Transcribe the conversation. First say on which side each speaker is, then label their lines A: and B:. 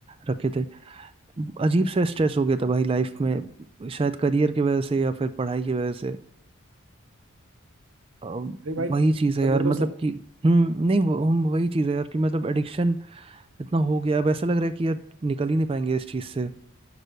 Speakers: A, on the right; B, on the right.
A: रखे थे अजीब सा स्ट्रेस हो गया था भाई लाइफ में शायद करियर की वजह से या फिर पढ़ाई की वजह से अ,
B: अरे भाई मतलब
A: वही चीज़ है यार
B: ये तो
A: मतलब
B: सब
A: कि हम्म नहीं वो हम वही चीज़ है यार कि मतलब एडिक्शन इतना हो गया अब ऐसा लग रहा है कि यार निकल ही नहीं पाएंगे इस चीज से